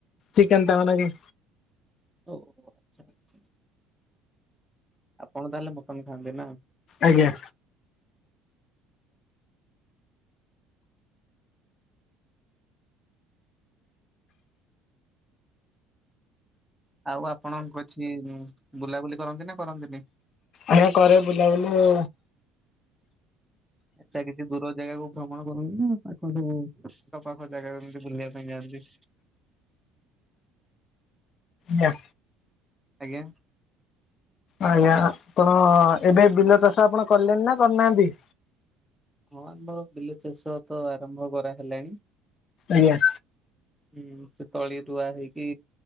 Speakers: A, on the left; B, in the centre.
A: ଚିକେନ୍ ତାଙ୍କ ନାଗି
B: ଓ ଆଚ୍ଛା ଆଚ୍ଛା ଆପଣ ତାହେଲେ ମଟନ ଖାଆନ୍ତି ନା?
A: ଆଜ୍ଞା।
B: ଆଉ ଆପଣ କୁଛି ବୁଲାବୁଲି କରନ୍ତି ନା କରନ୍ତିନି?
A: ଆଜ୍ଞା କରେ ବୁଲାବୁଲି।
B: ଆଛା କିଛି ଦୂର ଜାଗାକୁ ଭ୍ରମଣ କରନ୍ତି ନା ପାଖ ଜାଗାକୁ ଆଖପାଖ ଜାଗାକୁ ଏମିତି ବୁଲିବା ପାଇଁ ଯାଆନ୍ତି?
A: ନାଁ।
B: ଆଜ୍ଞା।
A: ଆଜ୍ଞା ଆପଣ ଏବେ ବିଲ ଚାଷ ଆପଣ କଲେଣି ନା କରିନାହାନ୍ତି?
B: ହଁ ଆମର ବିଲ ଚାଷ ତ ଆରମ୍ଭ କରାହେଲାଣି।
A: ଆଜ୍ଞା।
B: ହୁଁ ସେ ତଳି ରୁଆ ହେଇକି